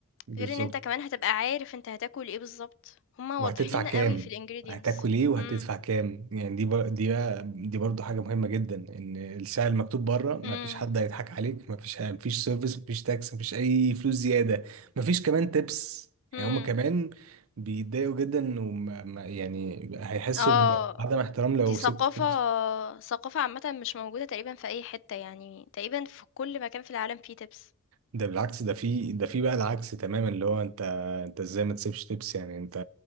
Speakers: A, on the right (about 65°); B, on the left (about 60°).
A: بالظبط
B: غير إن أنت كمان هتبقى عارف أنت هتاكل إيه بالضبط، هُم واضحين
A: وهتدفع كام
B: أوي في الingredients،
A: هتاكل ايه وهتدفع
B: إمم،
A: كام يعني دي بر... دي بقى- دي برضو حاجه مهمه جدا ان السعر المكتوب بره ما
B: إمم،
A: فيش حد هيضحك عليك ما فيش ما فيش سيرفيس ما فيش تاكس ما فيش اي فلوس زياده ما فيش كمان تيبس يعني
B: إمم.
A: هما كمان بيتضايقوا جدا وما ما- يعني هيحسوا
B: آه،
A: بعدم احترام لو
B: دي ثقافة
A: سبت تيبس
B: ثقافة عامةً مش موجودة تقريبًا في أي حتة، يعني تقريبًا في كل مكان في العالم فيه تِبس،
A: ده بالعكس ده في ده في بقى العكس تماما اللي هو انت انت ازاي ما تسيبش تيبس يعني انت